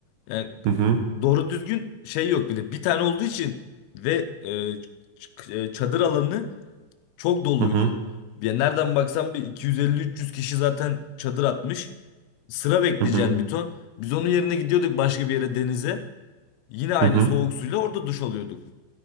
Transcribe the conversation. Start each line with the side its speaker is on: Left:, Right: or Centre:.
Left: Yani
Right: Hı hı.
Left: doğru düzgün şey yok bir de. Bir tane olduğu için ve e, ç- e, çadır alanı çok doluydu.
Right: Hı hı.
Left: Ya nereden baksan bir 250-300 kişi zaten çadır atmış. Sıra bekleyeceğin
Right: Hı hı.
Left: bir ton. Biz onun yerine gidiyorduk başka bir yere denize. Yine aynı
Right: Hı hı.
Left: soğuk suyla orada duş alıyorduk.